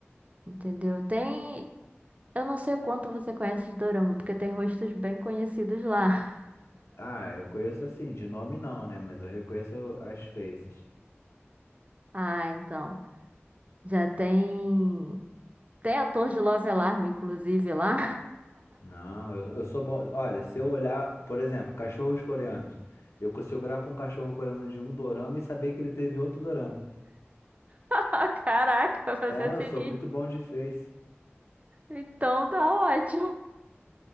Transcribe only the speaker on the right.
entendeu? Tem, eu não sei o quanto você conhece de Dorama, porque tem rostos bem conhecidos lá. <laughs>
Ah, então, já tem, tem ator de Love Alarm, inclusive, lá.
<laughs> Caraca, você
é
sinistro.
Então tá ótimo.